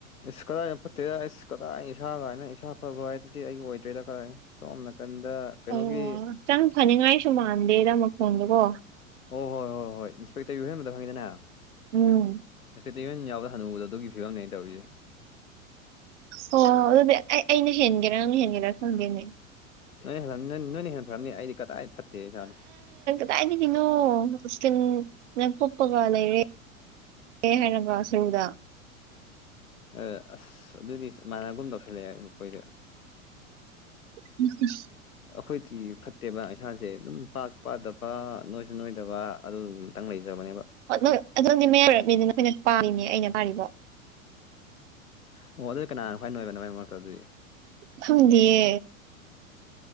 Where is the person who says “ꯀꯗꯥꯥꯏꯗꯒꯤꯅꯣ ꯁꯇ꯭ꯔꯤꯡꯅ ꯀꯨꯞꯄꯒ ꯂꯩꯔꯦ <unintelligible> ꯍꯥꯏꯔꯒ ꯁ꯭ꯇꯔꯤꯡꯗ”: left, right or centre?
Right